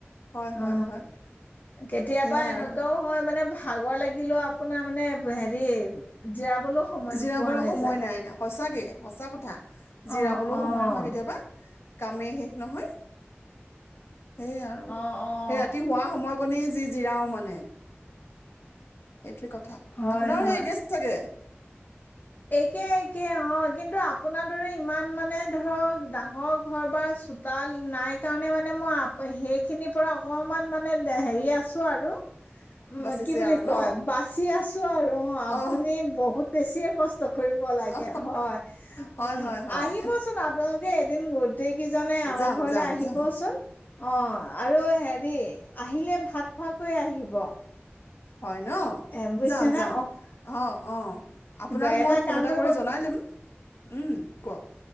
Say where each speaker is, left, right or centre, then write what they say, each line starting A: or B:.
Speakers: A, on the left; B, on the left.
A: হয়
B: অ
A: হয় হয়
B: কেতিয়াবা
A: সেয়া
B: এনেকুৱাও
A: আৰু
B: হয় মানে ভাগৰ লাগিলে আপোনাৰ মানে হেৰি জিৰাবলৈও সময়
A: জিৰাবলৈ
B: নোপোৱা নাযায়।
A: সময় নাই ন সঁচাকে সঁচা কথা জিৰাবলৈও
B: অ' অ'
A: সময় নহয় কেতিয়াবা কামেই শেষ নহয় সেয়ে আৰু
B: অ' অ'
A: সেই ৰাতি শুৱ সময়ত। <inaudible> যি জিৰাও মানে এইটোৱে কথা <inaudible>
B: হয়
A: আপোনাৰো
B: হয়
A: সেই একে চাগে
B: একে একে অ কিন্তু আপোনাৰ দৰে ইমান মানে ধৰক ডাঙৰ ঘৰ বা চোতাল নাই কাৰণে মানে মই সেইখিনিৰ পৰা অকমান মানে হেৰি আছোঁ আৰু উ
A: বাচিছে
B: কি বুলি
A: আৰু
B: কয়
A: ন
B: বাচি আছো আৰু আপুনি
A: অ
B: বহুত বেছিয়ে কষ্ট কৰিব লাগে
A: অ
B: হয়
A: হয়
B: উম
A: হয় হয়
B: আহিবচোন আপোনালোকে এদিন গোট গোটেইকেইজনে আমাৰ
A: যাম
B: ঘৰলে
A: যাম
B: আহিবচোন
A: যাম
B: অ আৰু হেৰি আহিলে ভাত খোৱাকৈ আহিব
A: হয় ন
B: এ বুজিছে
A: যাম
B: নে
A: যাম অ অ আপোনাক
B: গ-
A: মই ফোন
B: কাম
A: এটা
B: কৰিব
A: কৰি জনাই দিম উম কওক